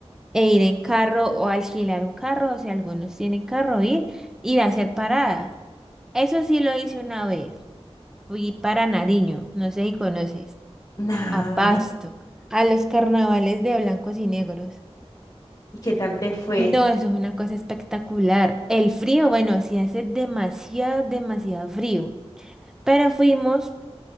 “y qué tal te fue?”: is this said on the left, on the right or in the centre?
Left